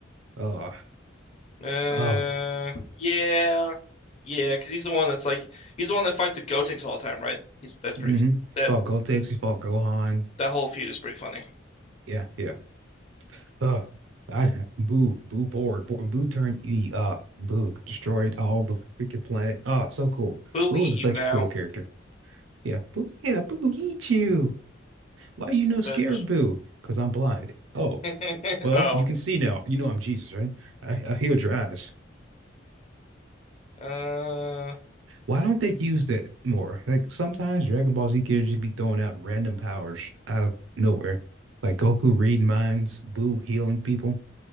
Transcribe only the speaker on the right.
Uh
uh
mm-hmm.
He
fought Gotex. he fought Gohan.
Yeah, yeah. Uh, I boo boo bored boo, boo turned E uh boo destroyed all the freaking planet. Oh, so cool.
Boo
was
such
a cool character. Yeah, boo. Yeah, boo eat you. Why you no scared,
boo? Because I'm blind. Oh,
well,
you can see now. You know I'm Jesus, right? I, I healed your eyes.
Why don't they use that more? Like sometimes Dragon Ball Z characters just be throwing out random powers out of nowhere, like Goku reading minds, Boo healing people,